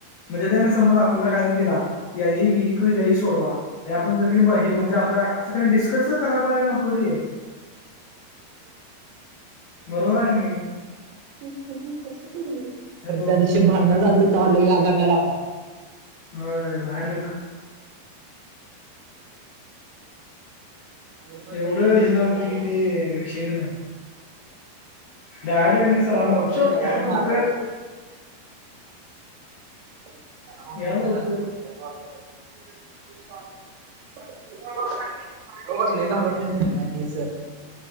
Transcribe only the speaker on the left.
म्हणजे त्याने समज आपल्याला काय तर दिला की ही कज आहे हि सोडवा. आणि आपण जर की नई पाहिजे म्हणजे आपला असं क नी डिस्कस तर कराय पाहिजे का नको रे. बरोबर आहे का नाही?
हॅलो.
होय भयानक.
एवढं
हे झालतं
की
ते
विषयच नाही. डायरेक्ट क नाही सरांना
सर
या लवकर.
या लवकर